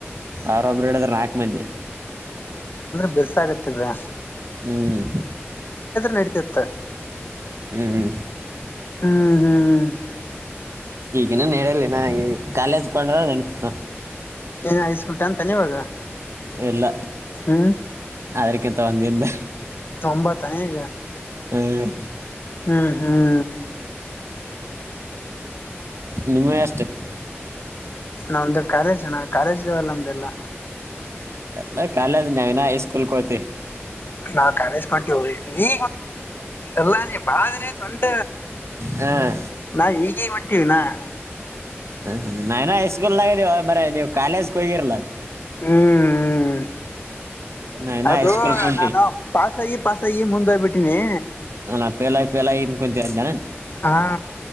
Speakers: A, on the right; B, on the left.
A: ಆರೊಬ್ಬ ಎರಡದ್ರ ನಾಲ್ಕು ಮಂದೆ
B: ಬಸ <unintelligible> ಆಾಗತಿದೆ
A: ಹ್ಮ್
B: ಒಬರಿದ್ರೆ ನಡತಿತ್ತ
A: ಹ್ಮ್
B: ಹ್ಮ್ ಹ್ಮ್
A: ಈಗಿನ ನೆಡಲಿನ ಕಾಲೇಜಕೊಂಡ್ರ ನೆಡತ
B: ಏ ಹೈಸ್ಕೂ ಟ್ಯಾಂನ ಇವಾಗ
A: ಎಲ್ಲ
B: ಹ್ಮ್
A: ಅವಕೆ ತೋಂದಿಂದ
B: ಒಂಬತ್ತನ ಈಗ
A: ಹ್ಮ್
B: ಹ್ಮ್ ಹ್ಮ್
A: ನಿಮ್ಮ ಅಷ್ಟು
B: ನಾವೊಂದು ಕಾಲೇಜ್ ಅನಾ ಕಾಲೇಜ್ವಲ ನ್ಮ್ಮ್ದಲ್ಲ
A: ನೀ ಕಾಲೇಜು <unintelligible> ಸ್ಕೂಲ್ ಕೊತಿ
B: ನಾವು ಕಾಲೇಜ್ ಗ್ ಒಂಟಿವ್ರಿ ನೀ ಎಲ್ಲಾ ನೀ ಬಾದನೇ ತೊಟ
A: ಹಾಂ
B: ನಾ ಈಗೇ ವಂಟೀವಿಿನ
A: ಹ ನಾನನ ಹಐಸ್ಕೂಲ್ ನಾಗೀವ ಮರ ನೀವ್ ಕಾಲೇಜ್ಗೆ ಹೋಗಿರ್ಲಾ
B: ಹ್ಮ್ ಹ್ಮ
A: ನಾವಿನ
B: ಅದು
A: ಹೈಸ್ಕೂಲ್ ಕೊಂಟಿ
B: ನಾನು ಪಾಸಗಿ ಪಾಸಗಿ ಮುಂದೋಗಬಿಟ್ಟೀನಿ
A: ನಾ ಪೇಲಾಗಿ ಪೇಲಾಗಿ ಇಂದಕುಂತೇವ್ನ
B: ಹಾ